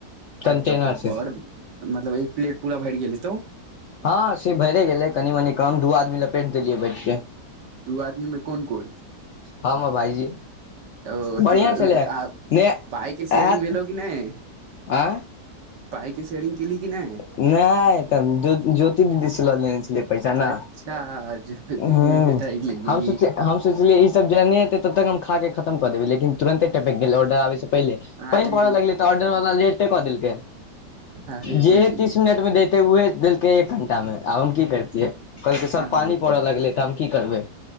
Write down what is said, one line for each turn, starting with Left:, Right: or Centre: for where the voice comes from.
Left: कंटेनर
Right: अरे तब तऽ
Left: से
Right: बड़ मतलब एक प्लेट पूरा भरि गेल हेतौ
Left: हँ से भैरे गेलै कनि मनी कम दू आदमी लपेट देलियै बैठ के
Right: दू आदमी मे कोन कोन
Left: हम आ भाईजी
Right: ओ
Left: बढ़िया
Right: तू
Left: छलै
Right: आ
Left: ने
Right: पाइके शेयरिंग
Left: आत
Right: भेलौ कि नय
Left: आ
Right: पाय के सेेरिंग केली कि नय
Left: नय त ज्योति दीदी से ल लने छलियै पैसा न
Right: अच्छा ज्योति दीदी
Left: हूं
Right: से ठकि लेली
Left: हम सोची हम सोची ई सब जे नय एते तब तक हम खा के खतम कऽ देबै लेकिन तुरन्ते टपकि गेलै ऑर्डर आबै से पहिले पानि
Right: अरे
Left: पड़ऽ लगलैऽ तऽ ऑर्डर वाला लेटे कऽ देलकै
Right: अरे
Left: जेहे
Right: बुझि गेली
Left: तीस
Right: बुझि
Left: मिनट
Right: गेली
Left: मे देतै उहे देलकै एक घंटा मे आब हम की करितियै कहलकै सर
Right: हँ
Left: पानी पड़ऽ
Right: तब
Left: लगलै तऽ हम की करबै